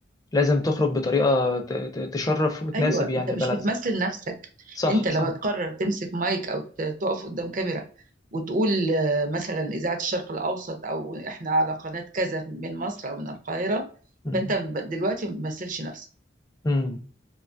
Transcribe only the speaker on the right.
ايوه
انت مش
بتمثل
نفسك
انت لما
تقرر تمسك مايك او ت- تقف قدام كاميرا وتقول آه، مثلا اذاعه الشرق الاوسط او احنا على قناه كذا من مصر او من القاهره
فانت ب- دلوقتي ما بتمثلش نفسك